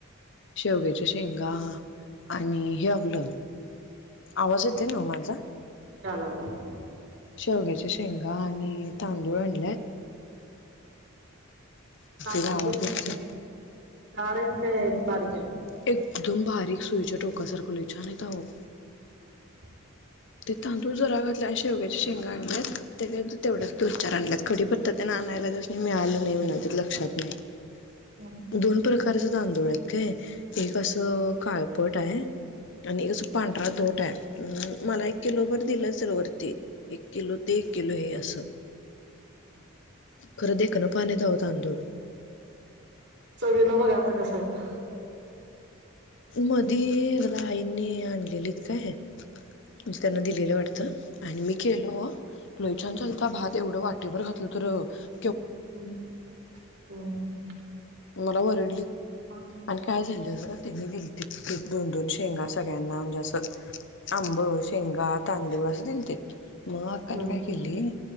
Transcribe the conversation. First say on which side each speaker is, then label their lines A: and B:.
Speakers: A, on the left; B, on the right.
A: शेवग्याच्या शेंगा. आणि हे आपलं. आवाज येते नवं माझा.
B: आलाय -आलाय.
A: शेवग्याच्या शेंगा आणि तांदूळ आणलाय.
B: तांदूळ
A: गावाकडचं
B: कुठलं ते जाडेत काय. बारीकेत.
A: एकदम बारीक सुईच्या टोका सारख लई छानेत अहो.
B: हां -हां. <inaudible>
A: ते तांदूळ जरा घातले, आणि शेवग्याच्या शेंगा आणल्यात ते तेवढ्याच दोनचार आणल्यात. कडीपत्ता त्याने आणयला वेळच नाही मिळालं नाही. म्हण ते लक्षात नाही. नाही.
B: हम्म.
A: दोन प्रकारच तांदूळेत काय एक असं काळपट आहे. आणि एक अस पांढरा धोटे. हम्म मला एक किलो भर दिलंच असल वरती एक किलो ते एक किलो हे असं.
B: हम्म <inaudible>
A: खर देखण पाण आहेत अहो तांदूळ
B: चवीला बघा आता कसयेत.
A: मधी एकदा आईनी आणलेलीत काय - म्हणजे त्यांना दिलेलं वाटतं आणि मी केलो आ. लई छान
B: हम्म.
A: झालता भात एवढ वाट ते बर घातलं तर -
B: हम्म हम्म हम्म
A: मला वरडलीत.
B: मग?
A: आणि काय झालं जरा त्यांने दिलतीत दोन -दोन शेंगा सगळ्यांना म्हणजे असं आंब शेंगा तांदूळ असं दिलतीत. मग अक्काने
B: हम्म.
A: काय केली